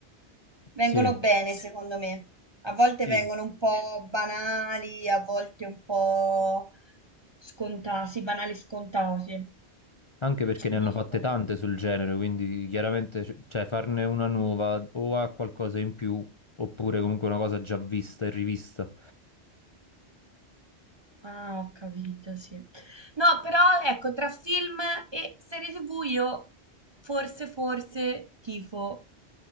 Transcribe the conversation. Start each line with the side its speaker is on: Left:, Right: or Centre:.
Right: vengono
Left: Sì,
Right: bene, Sì. secondo me. A volte
Left: sì,
Right: vengono un po' banali, a volte un po' scontati, banali scontati.
Left: anche perché ne hanno
Right: Non
Left: fatte
Right: so.
Left: tante sul genere, quindi chiaramente c- cioè, farne una nuova o ha qualcosa in più oppure comunque una cosa già vista e rivista.
Right: Ah, ho capito, sì. No, però ecco, tra film e serie TV io forse, forse tifo